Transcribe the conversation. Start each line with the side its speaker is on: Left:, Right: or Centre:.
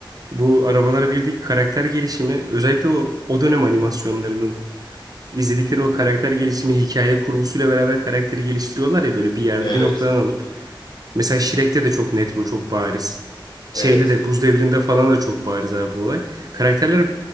Right: bu arabalara birdeki karakter gelişimi özellikle o, o dönem animasyonlarının izledikleri
Left: Hı hı.
Right: o karakter gelişimi hikaye kurgusuyla beraber karakteri geliştiriyorlar ya böyle bir yerde
Left: Evet.
Right: bir noktadan alıp Mesela Shrek'te de çok net bu, çok bariz. Şeyde
Left: Evet.
Right: de Buz Devri'nde falan da çok bariz abi bu olay. Karakterler